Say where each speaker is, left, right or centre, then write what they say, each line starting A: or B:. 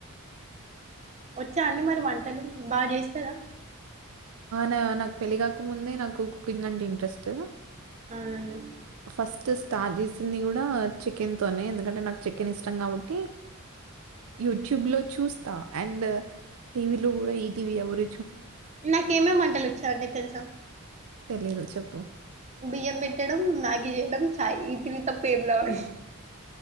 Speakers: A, on the right; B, on the right.
A: వచ్చా అండి మరి వంటలు బాగా చేస్తదా
B: నా నాకు పెళ్లిగాక ముందే నాకు కుకింగ్ అంటే ఇంట్రెస్ట్
A: అవునండి
B: ఫస్ట్ స్టార్ట్ చేసింది కూడా చికెన్ తోనే ఎందుకంటే నాకు చికెన్ ఇష్టం కాబట్టి యూట్యూబ్ లో చూస్తా అండ్ టీవీలో కూడా ఈటీవీ ఎవరు
A: నాకేమేమి వంటలు వచ్చోండి తెలుసా
B: తెలీదు చెప్పు
A: బియ్యం పెట్టడం మ్యాగీ చేయడం చాయ్ ఈ త్రీ తప్ప ఏం రావు